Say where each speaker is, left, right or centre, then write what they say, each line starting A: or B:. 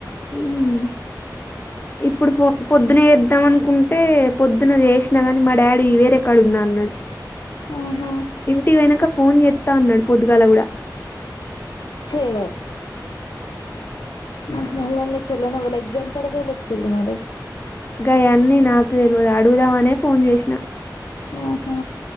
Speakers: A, on the left; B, on the left.
A: ఉమ్మ్. ఇప్పుడు ఫో, పొద్దున్న చేద్దాం అనుకున్, టే, పొద్దున జేసినా గాని, మా డాడీ వేరే కాడ ఉన్నా అన్నాడు.
B: ఆహా
A: ఇంటిక్ పోయినంక ఫోన్ చేత్తా అన్నాడు, పొద్దుగాల గుడా.
B: చెయ్యిలే <unintelligible> చెల్లిని ఎవలు ఎక్జామ్ కాడా దొలచిన్రు మరి.
A: గాయన్నీ నాకే తెలివద్, అడుగుదామనే ఫోన్ జేసిన.
B: ఆహా.